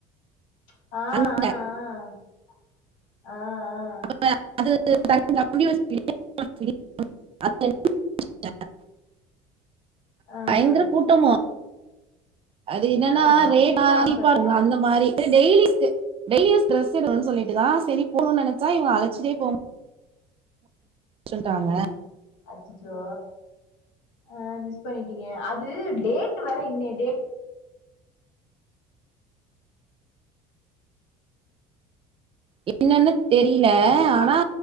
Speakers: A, on the left; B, on the right.
A: ஆ
B: அங்க
A: ஆ ஆ ஆ ஆ
B: <inaudible>
A: ஆ ஆ
B: பயங்கர கூட்டமா அது என்னனா
A: ஆ
B: ரேகா
A: அப்டி என்ன
B: <unintelligible>
A: ஆஃபரு
B: அந்த மாரி டெய்லிக்கு டெய்லி யூஸ்க்கு டிரஸ் எடுக்கனு சொல்லிட்டுதா சேரி போனு நெனச்சா இவுங்க அழச்சிட்டேபோ <inaudible> சொல்ட்டாங்க
A: அச்சச்சோ அ மிஸ் பண்ணிட்டீங்க அது டேட் வேற இன்னைய டேட்
B: என்னன்னு தெரில ஆனா